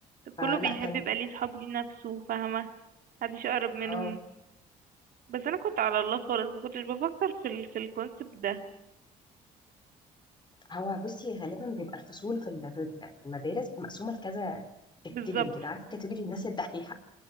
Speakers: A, on the right (about 65°); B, on the left (about 30°).
A: كله
B: فلا
A: بيحب
B: كانت
A: يبقى ليه صحاب ليه نفسه فاهمة محدش أقرب منهم
B: اه
A: بس أنا كنت على الله خالص ما كنتش بفكر في ال في الكونسبت ده
B: هو بصي غالبا بيبقى الفصول في ال- في المدارس مقسومة لكذا كاتيجوري
A: بالظبط
B: كده عارفة كاتيجوري الناس الدحيحة